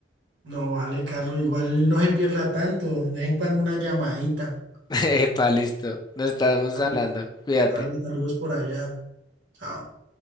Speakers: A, on the right; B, on the left.
A: No, vale, Carlos, igual no se pierda tanto. De vez en cuando una llamadita.
B: <laughs> Epa, listo. Nos estamos
A: Vale,
B: hablando. Cuídate.
A: vale, saludos por allá. Chao.